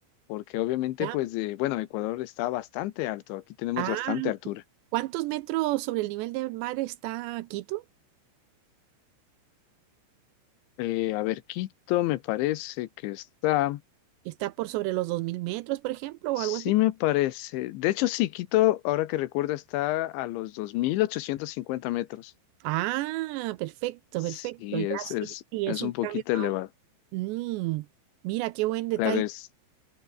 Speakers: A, on the left; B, on the right.
A: porque obviamente
B: ya.
A: pues, eh, bueno, Ecuador está bastante alto, aquí tenemos
B: Ah,
A: bastante altura.
B: ¿cuántos metros sobre el nivel del mar está Quito?
A: Eh, a ver, Quito me parece que está,
B: ¿Está por sobre los 2.000 metros, por ejemplo,
A: sí
B: o algo así?
A: me parece, de hecho sí, Quito, ahora que recuerdo, está a los 2.850 metros.
B: Ah, perfecto,
A: Sí,
B: perfecto. Ya
A: es,
B: sí,
A: es,
B: sí, sí,
A: es
B: es un
A: un
B: cambio.
A: poquito
B: más
A: elevado.
B: o- Mm, mira, qué buen detalle.
A: Claro, es